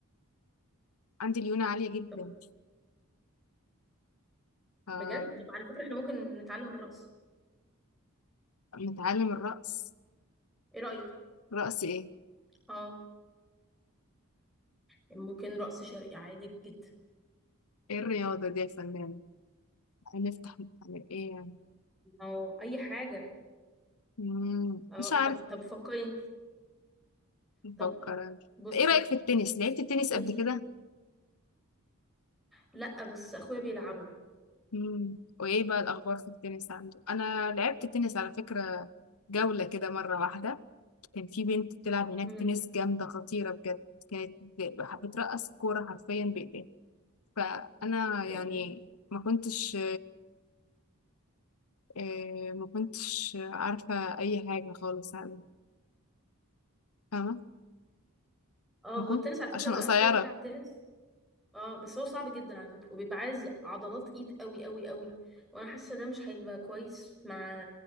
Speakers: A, on the left (about 75°); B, in the centre.
A: عندي ليونة عالية جدا
B: طب
A: ف آه،
B: بجد طب على فكره احنا ممكن نتعلم الرقص
A: نتعلم الرقص
B: ايه رايك
A: رقص ايه
B: اه ممكن رقص شرقي عادي جدا
A: ايه الرياضة دي يا فنان هنفتح نتعلم ايه يعني
B: اه اي حاجه
A: مم.
B: اه
A: مش عارف
B: طب طب فكري انت
A: بفكر
B: طب
A: أنا.
B: بصي
A: طب ايه رأيك في التنس لعبت
B: بصي
A: التنس
B: انتي
A: قبل كده
B: لا بس اخويا بيلعبوا
A: مم. وايه بقى الأخبار في التنس عنده انا لعبت تنس على فكرة جولة كده مرة واحدة كان في بنت بتلعب هناك
B: امم
A: تنس جامدة خطيرة بجد كانت ب- بترقص كورة حرفيا بإيديها فأنا يعني
B: يعني
A: ما كنتش إيه ما كنتش عارفة أي حاجة خالص عنه فاهمة
B: اه
A: ما
B: هو
A: كنت
B: التنس على فكره
A: عشان قصيرة
B: اخويا بيلعب تنس اه بس هو صعب جدا على فكرة وبيبقى عايز عضلات ايد قوي قوي قوي وانا حاسة ده مش هيبقى كويس مع